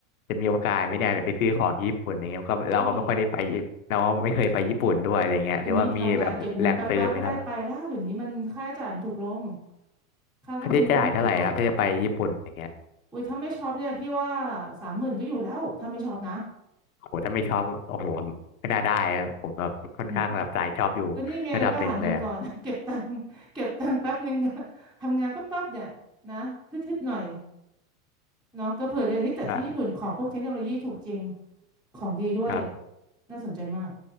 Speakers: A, on the left; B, in the centre.
A: จะมีโอกาสไหมเนี่ยไปซื้อของที่ญี่ปุ่นอย่างเงี้ยก็เราก็ไม่ค่อยได้ไปญี่เราก็ไม่เคยไปญี่ปุ่นด้วยอะไรเงี้ยหรือว่ามีแบบแหล่งซื้อไหมครับ
B: เฮ้ยตอนนี้ทำงานเก็บเงินแป๊บๆก็ได้ไปแล้วเดี๋ยวนี้มันค่าใช้จ่ายมันถูกลงค่าเครื่องบินก็ไม่กี่บาท
A: ค่าใช้จ่ายเท่าไหร่ครับถ้าจะไปญี่ปุ่นอย่างเงี้ย
B: อุ้ยถ้าไม่ช็อปเนี่ยพี่ว่าสามหมื่นก็อยู่แล้วถ้าไม่ช็อปนะ
A: โอ้โหถ้าไม่ชอบโอ้โหไม่น่าได้อะผมแบบค่อนข้างแบบสายชอบอยู่ระดับหนึ่งเลยอะ
B: อืมก็นี่ไงเราก็หาเงินก่อน <laughs> เก็บตังค์เก็บตังค์แป๊บหนึ่ง <laughs> ก็ทำงานแป๊บๆเนี่ยนะฮึดๆหน่อย เนาะก็เผื่อจะเฮ้ยแต่ที่ญี่ปุ่นของพวกเทคโนโลยีถูกจริง
A: อ่ะ
B: ของดีด้วย
A: ครับ
B: น่าสนใจมาก